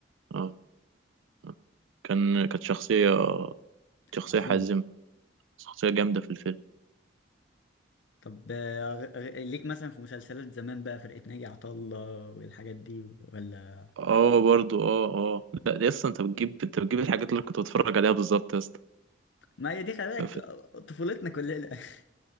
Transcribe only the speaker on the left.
عظيمه
طب آه، غ- غ- ليك مثلا في مسلسلات زمان بقى فرقة ناجي عطا الله والحاجات دي ولا
ما هي دي خلي بالك
ط- طفولتنا كلنا <laughs>